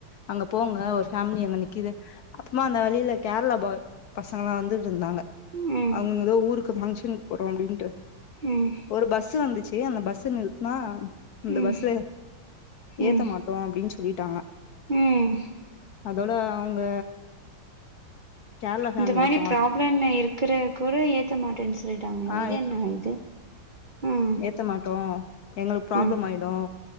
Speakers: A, on the left; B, on the right.
A: அங்க போங்க ஒரு ஃபேமிலி அங்க நிக்குது அப்புமா அந்த வழில கேரளா பா பசங்கலா வந்து ட்டு இருந்தாங்க
B: ம்
A: அவங்க ஏதோ ஊருக்கு பங்கஷன் போறோ அப்டின்ட்டு
B: ம்
A: ஒரு பஸ் வந்துச்சு அந்த பஸ்ஸ நிறுத்துனா அந்த
B: ம்
A: பஸ்ல
B: ம்
A: ஏத்த மாட் டோ அப்டின்னு சொல்லிட்டாங்க
B: ம்
A: அதோட அவங்க கேர்ளா ஃபேமிலியோட்
B: இந்த மாரி ப்ராப்ளம்ல இருக்குற கூட ஏத்த மாட்டேன்னு சொல்லிட்டாங்களா
A: ஆ
B: இது என்ன இது ம்
A: த்த மாட்டோ எங்களுக்கு ப்ராப்ளம்
B: ம்
A: ஆயிடு